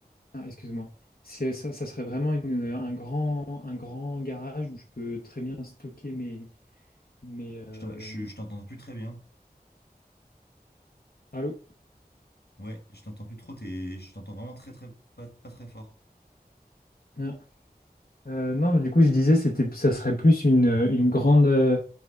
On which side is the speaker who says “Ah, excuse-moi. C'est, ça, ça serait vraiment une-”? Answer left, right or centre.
Left